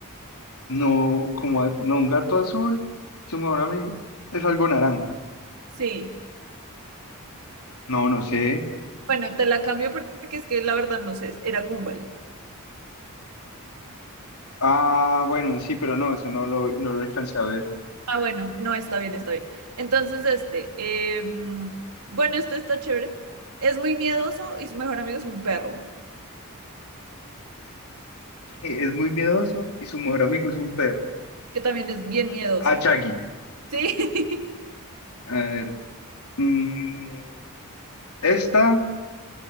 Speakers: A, on the left; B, on the right.
A: No, como, a- no, un gato azul, su mejor amigo es algo naranja.
B: Sí.
A: No, no sé.
B: Bueno, te la cambio por- porque es que la verdad no sé, era Gumball.
A: Ah, bueno, sí, pero no, ese no lo, no lo alcancé a ver.
B: Ah, bueno, no, está bien, está bien. Entonces, este, em, bueno, este está chévere. Es muy miedoso y su mejor amigo es un perro,
A: <laughs> Es muy miedoso y su mejor amigo es un perro.
B: que también es bien miedoso.
A: Ah, Chaggy.
B: Sí.
A: A ver. mm, esta.